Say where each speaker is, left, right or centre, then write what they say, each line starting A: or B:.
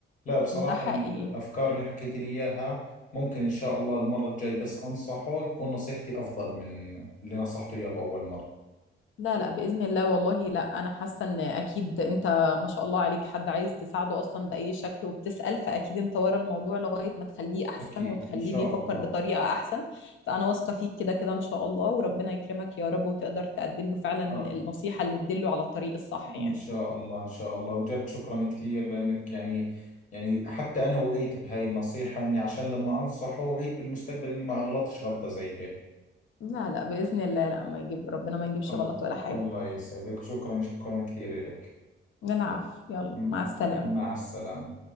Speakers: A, on the left (about 40°); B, on the left (about 70°).
A: لا بصراحة
B: ده حقيقي
A: الأفكار اللي حكيت لي إياها ممكن إن شاء الله المرة الجاي بس أنصحه يكون نصيحتي أفضل من اللي نصحته إياه بأول مرة
B: لا لا بإذن الله والله لا أنا حاسة إن أكيد أنت ما شاء الله عليك حد عايز تساعده أصلا بأي شكل وبتسأل فأكيد أنت ورا الموضوع لغاية ما تخليه أحسن
A: أكيد
B: وتخليه
A: إن شاء
B: بيفكر
A: الله
B: بطريقة أحسن فأنا واثقة فيك كده كده إن شاء الله وربنا يكرمك يا رب وتقدر تقدم له فعلا
A: آه،
B: النصيحة اللي تدله على الطريق الصح
A: إن
B: يعني
A: شاء الله إن شاء الله وجد شكرا كثير لأنك يعني يعني حتى أنا وعيت بهاي النصيحة إني عشان لما أنصحه وعيت بالمستقبل إني ما أغلطش غلطة زي هيك
B: لا لا بإذن الله لا ما يجيب ربنا ما يجيبش
A: ال-
B: غلط ولا حاجة
A: الله يسعدك شكرا شكرا كثير لك
B: العفو يلا
A: م-
B: مع السلامة
A: مع السلامة